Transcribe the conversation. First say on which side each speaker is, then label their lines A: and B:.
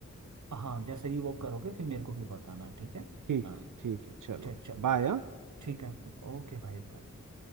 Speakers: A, on the right; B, on the right.
A: हाँ जैसे ही वो करोगे फिर मेरे को भी बताना ठीक है
B: ठीक
A: हाँ
B: ठीक है चलो
A: चल
B: फिर
A: चल
B: बाय
A: ठीक है ओके भाई भाई